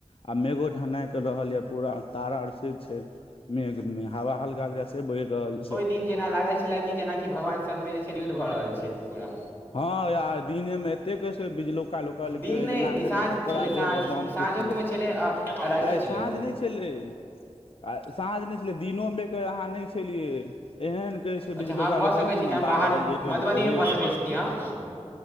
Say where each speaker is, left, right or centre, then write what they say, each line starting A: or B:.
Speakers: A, on the left (about 55°); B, on the left (about 20°).
A: आ मेघो ढेनाइ कऽ रहल यए पूरा तारा आ से छै। मेघ मे हवा हल्का हल्का से बैह रहल छै।
B: तीन जेना लागल छले क जेनाकि भगवान सब मे जे छै युद्ध भऽ रहल छै पूरा
A: ह यार दिने में एते कैसके बिजलो कुकलकै
B: दिन नहि
A: जेना भेलै
B: साँझ
A: ककड़रा
B: छलै साँझ
A: देह पर बम
B: साँझोमे
A: फूटले
B: छलै आ आ रातिओ
A: अ
B: छलै
A: साँझ नै छलै आ साँझ नै छलै दिनो मे के अहाँ नै छलियै एहन कैस
B: अच्छा
A: बिजलौका
B: हम भऽ
A: लोकलकै
B: सकैत छी जे
A: ने
B: हम
A: बारह
B: बाहर
A: बजे एक बजे
B: मधुबनीमे
A: करीब
B: भऽ सकैत छी हम